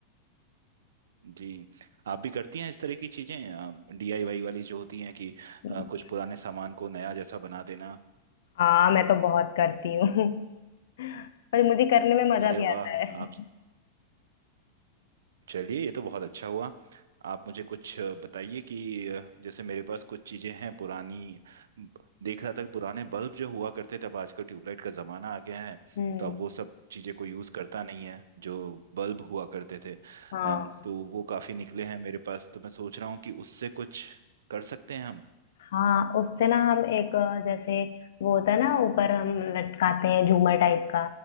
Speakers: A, on the right (about 80°); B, on the left (about 75°).
A: जी आप भी करती हैं इस तरह की चीज़ें डीआईवाई वाली जो होती हैं कि
B: मैं-
A: अ, कुछ पुराने सामान को नया जैसा बना देना
B: हाँ मैं तो बहुत करती हूँ <laughs> पर मुझे करने में मजा
A: अरे
B: भी
A: वाह
B: आता है
A: आप चलिए ये तो बहुत अच्छा हुआ आप मुझे कुछ अ, बताइए कि अ, जैसे मेरे पास कुछ चीज़ें हैं पुरानी ब- देख रहा था कि पुराने बल्ब जो हुआ करते थे अब आजकल ट्यूबलाइट का ज़माना आ गया है
B: हम्म
A: तो अब वो सब चीज़ें को यूज़ करता नहीं है जो बल्ब हुआ करते थे
B: हाँ
A: अम, तो वो काफ़ी निकले हैं मेरे पास तो मैं सोच रहा हूँ कि उससे कुछ कर सकते हैं हम
B: हाँ उससे ना हम एक अ, जैसे वो होता है ना ऊपर हम लटकाते हैं झूमर टाइप का